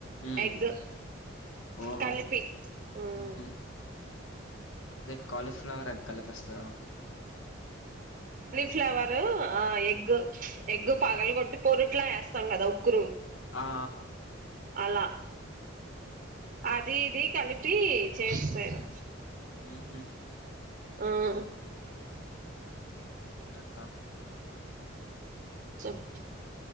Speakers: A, on the left; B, on the right.
A: ఉమ్
B: ఎగ్
A: ఓహో
B: కలిపి ఉమ్
A: ఉహు అదే కాలీఫ్లవర్ ఎగ్ కలిపిస్తారా
B: ఫ్లవర్ ఆ ఎగ్ ఎగ్ పగలు కోటి పోరిట్లా వేస్తాం కదా ఉక్కురు
A: ఆ ఆ
B: అలా
A: ఓకే
B: అది ఇది కలిపి చేసేసారు
A: ఉహు
B: ఉమ్
A: ఇంకేంటి అక్క
B: చప్